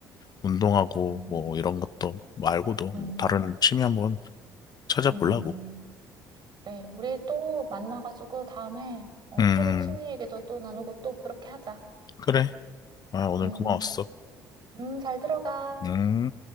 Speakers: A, on the left; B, on the right.
A: 운동하고
B: 음,
A: 뭐 이런 것도 말고도 뭐
B: 음,
A: 다른 취미 한번 찾아보려고.
B: 음. 그래, 우리 또 만나가지고 다음에 어,
A: 음,
B: 서로 취미 얘기도 또 나누고 또 그렇게 하자.
A: 그래. 아, 오늘
B: 음,
A: 고마웠어.
B: 음, 잘 들어가.
A: 음.